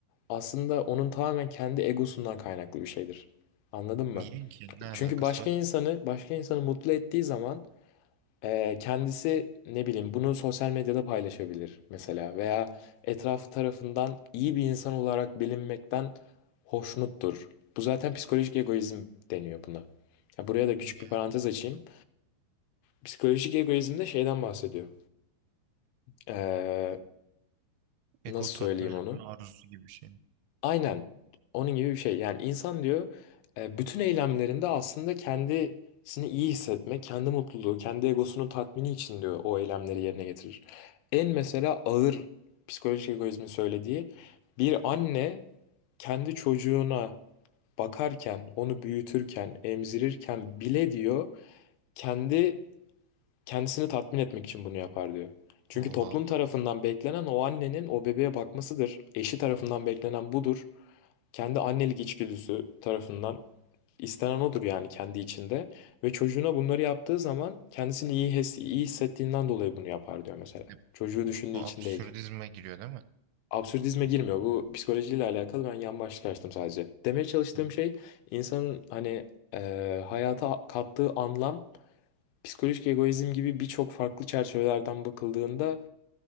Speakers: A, on the left (about 85°); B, on the right (about 85°).
A: aslında onun tamamen kendi egosundan kaynaklı bir şeydir. Anladın mı?
B: Niye ki? Ne alakası
A: Çünkü başka
B: var?
A: insanı başka insanı mutlu ettiği zaman ee, kendisi ne bileyim bunu sosyal medyada paylaşabilir mesela veya etrafı tarafından iyi bir insan olarak bilinmekten hoşnuttur. Bu zaten psikolojik egoizm deniyor buna. Ya buraya da küçük
B: Yani
A: bir parantez açayım. Psikolojik egoizm de şeyden bahsediyor. Ee, nasıl
B: ego
A: söyleyeyim
B: tatmin etme
A: onu?
B: arzusu gibi bir şey mi?
A: Aynen onun gibi bir şey. Yani insan diyor e, bütün eylemlerinde aslında kendisini iyi hissetmek, kendi mutluluğu, kendi egosunun tatmini için diyor o eylemleri yerine getirir. En mesela ağır psikolojik egoizmin söylediği bir anne kendi çocuğuna bakarken, onu büyütürken, emzirirken bile diyor kendi kendisini tatmin etmek için bunu yapar diyor. Çünkü
B: Oha.
A: toplum tarafından beklenen o annenin o bebeğe bakmasıdır. Eşi tarafından beklenen budur kendi annelik içgüdüsü tarafından istenen odur yani kendi içinde ve çocuğuna bunları yaptığı zaman kendisini iyi, his, iyi hissettiğinden dolayı bunu yapar diyor mesela.
B: E,
A: Çocuğu düşündüğü
B: Bu
A: için
B: absürdizme
A: değil.
B: giriyor değil mi?
A: Absürdizme girmiyor. Bu psikolojiyle alakalı ben yan başlık açtım sadece. Demeye çalıştığım
B: Hı.
A: şey insanın hani e, hayata kattığı anlam psikolojik egoizm gibi birçok farklı çerçevelerden bakıldığında